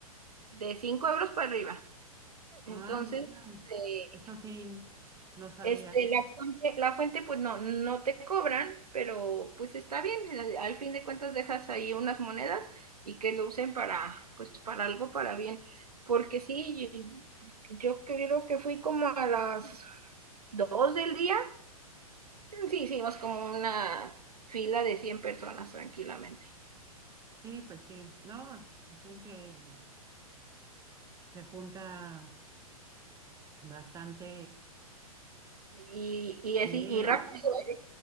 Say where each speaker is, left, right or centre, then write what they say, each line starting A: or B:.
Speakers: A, on the right (about 80°); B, on the right (about 20°).
A: de 5 euros para arriba. Entonces,
B: Ah, mira,
A: eh,
B: eso sí, no sabía.
A: este, la fuente, la fuente, pues no, no te cobran, pero pues está bien. Al fin de cuentas dejas ahí unas monedas y que lo usen para, pues para algo, para bien. Porque sí, yo, yo creo que fui como a las 2 del día. Sí, hicimos como una fila de 100 personas tranquilamente.
B: Sí, pues sí, no, dicen que el- se junta bastante
A: Y, y
B: dinero,
A: así, y rápido,
B: ¿no?
A: ¿eh?